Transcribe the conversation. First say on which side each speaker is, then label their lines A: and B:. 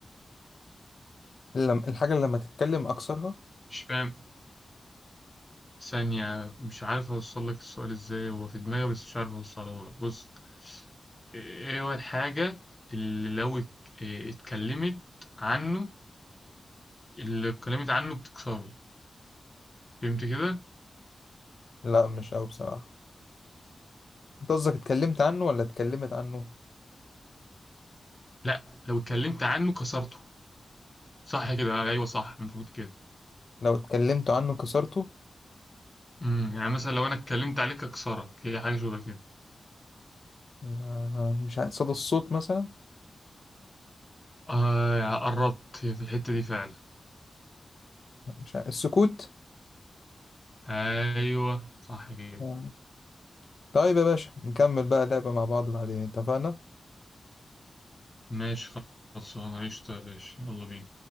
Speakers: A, on the left; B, on the left.
A: لما الحاجة اللي لما تتكلم أكثرها
B: مش فاهم ثانية مش عارف اوصل لك السؤال ازاي هو في دماغي بس مش عارف اوصله لك بص ايه إيه هو الحاجة اللي لو ات- إيه اتكلمت عنه اللي اتكلمت عنه بتكسره فهمت كده؟
A: لا مش أوي بصراحة أنت قصدك اتكلمت عنه ولا اتكلمت عنه
B: لا لو اتكلمت عنه كسرته صح كده ايوه صح المفروض كده
A: لو اتكلمت عنه كسرته
B: امم يعني مثلا لو انا اتكلمت عليك اكسرك هي حاجة شبه كده
A: آه، مش عارف صدى الصوت مثلا
B: آه قربت هي في الحتة دي فعلا
A: مش عارف السكوت
B: ايوه صح كده
A: آه. طيب يا باشا نكمل بقى لعبة مع بعض بعدين اتفقنا
B: ماشي خلصان عشطة يا باشا يلا بينا